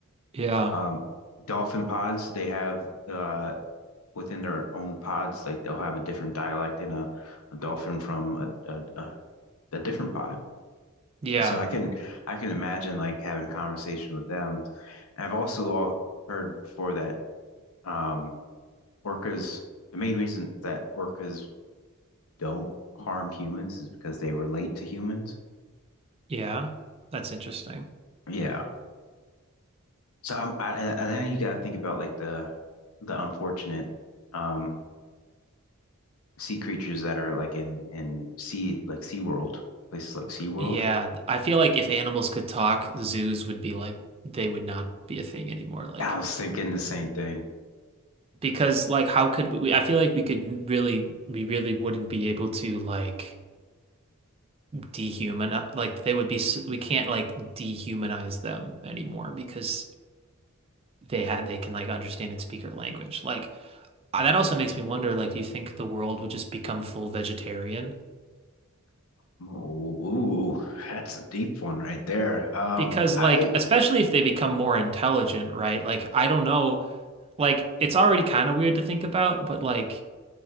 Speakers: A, on the right; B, on the left.
A: Yeah.
B: Um dolphin pods they have uh within their own pods like they'll have a different dialect in a, a dolphin from a, a a a different pod.
A: Yeah.
B: So I can I can imagine like having a conversation with them. And I've also all heard before that um, orcas, the main reason that orcas don't harm humans is because they relate to humans.
A: Yeah. That's interesting.
B: Yeah. So I'm, I, and and then you got to think about like the the unfortunate um sea creatures that are like in in sea like Sea World, places like Sea World.
A: Yeah. I feel like if animals could talk, zoos would be like, they would not be a thing anymore. Like,
B: I was thinking the same thing.
A: because like, how could we? I feel like we could really, we really wouldn't be able to like dehumanize, like, they would be, we can't like dehumanize them anymore because they had, they can like understand and speak our language. Like, Uh, that also makes me wonder, like, do you think the world would just become full vegetarian?
B: Ooh, ooh, that's a deep one right there. Um,
A: Because,
B: I
A: like, especially if they become more intelligent, right? Like, I don't know, like, it's already kind of weird to think about, but like,